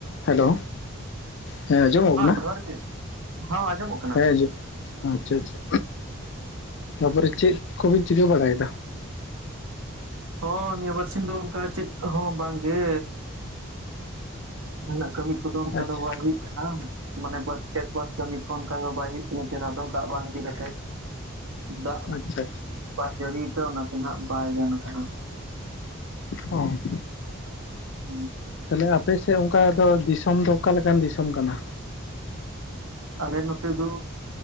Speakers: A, on the left (about 60°); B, on the right (about 80°).
A: Hello. ᱦᱮᱸ ᱟᱸᱡᱚᱢᱚ ᱠᱟᱱᱟ?
B: ᱡᱚᱦᱟᱨ ᱜᱮ ᱦᱮᱸ ᱟᱸᱡᱚᱢᱚᱜ ᱠᱟᱱᱟ
A: ᱦᱮᱸ ᱡᱮ᱾ ᱟᱪᱪᱷᱟ ᱟᱪᱪᱷᱟ ᱛᱟᱯᱚᱨᱮ ᱪᱮᱫ ᱠᱚᱵᱤᱱ ᱪᱤᱠᱟᱹ ᱵᱟᱲᱟᱭᱮᱫᱟ?
B: ᱦᱚᱸ ᱱᱤᱭᱟᱹ ᱵᱟᱨᱥᱤᱧ ᱫᱚ ᱚᱱᱠᱟ ᱪᱮᱫ ᱦᱚᱸ ᱵᱟᱝᱜᱮ᱾ ᱡᱟᱦᱟᱱᱟᱜ ᱠᱟᱹᱢᱤ ᱠᱚᱫᱚ ᱚᱱᱠᱟ
A: ᱟᱪᱪᱷᱟ
B: ᱫᱚ ᱵᱟᱭ ᱦᱩᱭᱩᱜ ᱠᱟᱱᱟ᱾ ᱢᱟᱱᱮ ᱵᱫᱽ ᱠᱷᱮᱛ ᱵᱟᱫᱽ ᱠᱟᱹᱢᱤ ᱠᱷᱚᱱ ᱚᱱᱠᱟ ᱫᱚ ᱵᱟᱭ ᱦᱩᱭᱩᱜ ᱠᱟᱱᱟ ᱪᱮᱦᱨᱟ ᱫᱚ ᱫᱟᱜ ᱵᱟᱝ ᱤᱫᱤ ᱠᱟᱛᱮᱫ᱾ ᱫᱟᱜ
A: ᱟᱪᱪᱷᱟ ᱟᱪᱪᱷᱟ
B: ᱵᱟᱭ ᱡᱟᱹᱲᱤ ᱟᱠᱟ-ᱟ ᱚᱱᱟᱛᱮ ᱱᱟᱜ ᱵᱟᱭ ᱜᱟᱱ ᱟᱠᱟᱱᱟ᱾
A: ᱚ᱾
B: <unintelligible>
A: ᱛᱟᱦᱞᱮ ᱟᱯᱮ ᱥᱮᱫ ᱚᱱᱠᱟ ᱫᱚ ᱫᱤᱥᱚᱢ ᱫᱚ ᱚᱠᱟ ᱞᱮᱠᱟᱱ ᱫᱤᱥᱚᱢ ᱠᱟᱱᱟ?
B: ᱟᱞᱮ ᱱᱚᱛᱮ ᱫᱚᱻ